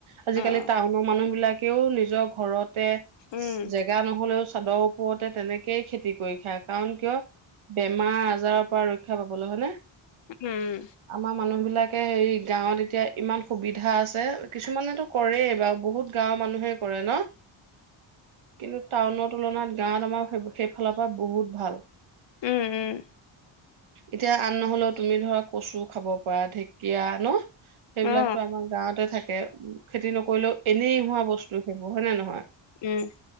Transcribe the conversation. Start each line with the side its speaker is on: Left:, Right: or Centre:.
Right: আজিকালি
Left: অ উম
Right: টাউনৰ মানুহ বিলাক তেও নিজৰ ঘৰত তে
Left: উম
Right: জেগা নহলেও চাদৰ ওপৰতে তেনেকে খেতি কৰি খায় কাৰণ কিয় বেমাৰ বজাৰৰ পৰা ৰক্ষা পাবলৈ হয় নে?
Left: অ উম উম
Right: আমাৰ মানুহ বিলাক তে হেৰি গাঁৱত এতিয়া ইমান সুবিধা <unintelligible> কিছুমানেতো কৰে বাৰু বহুত গাঁৱৰ মানুহে কৰে ন, কিন্তু টাউনৰ তুলনাত গাঁৱত আমাৰ <unintelligible> ফালৰ পৰা বহুত ভাল
Left: উম উম
Right: এতিয়া আন নহলেও তুমি ধৰা কচু খাব পৰা ঢেকীয়া ন? সেইবিলাকতো
Left: অ
Right: আমাৰ গাঁৱতে থাকে উ খেতি নকৰিলেও এনেই হোৱা বস্তু সেইবোৰ হয় নে নহয়,
Left: উম